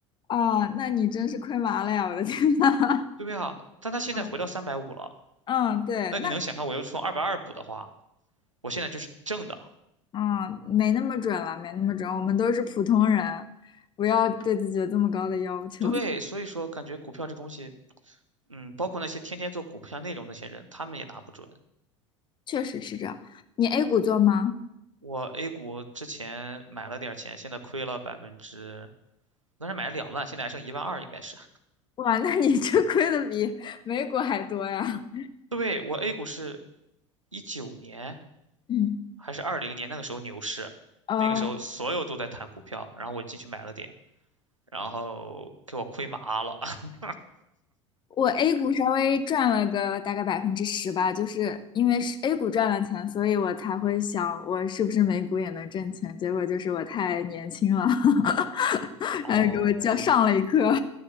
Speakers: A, on the left (about 30°); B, on the right (about 85°).
A: 啊，那你真是亏麻了呀！我的天呐。<laughs>
B: 对呀，但它现在回到三百五了，
A: 嗯嗯，对，
B: 那你能想象我又从二百二补的话，
A: 那
B: 我现在就是正的，
A: 啊，没那么准了，没那么准，我们都是普通人，不要对自己有这么高的要求。
B: 对，所以说感觉股票这东西，嗯，包括那些天天做股票内容那些人，他们也拿不准。
A: <laughs> 确实是这样。你 A 股做吗？
B: 我 A 股之前买了点儿钱，现在亏了百分之，当时买了两万，现在还剩一万二，应该是。
A: 哇，那你这亏的比美股还多呀！
B: 对，我 A 股是一九年
A: 嗯，
B: 还是二零年那个时候牛市，
A: 呃，
B: 那个时候所有都在谈股票，然后我进去买了点，然后给我亏麻了。<laughs>
A: 我 A 股稍微赚了个大概百分之十吧，就是因为是 A 股赚了钱，所以我才会想我是不是美股也能挣钱。结果就是我太年轻了，<laughs>
B: 哦，
A: 然后给我叫上了一课。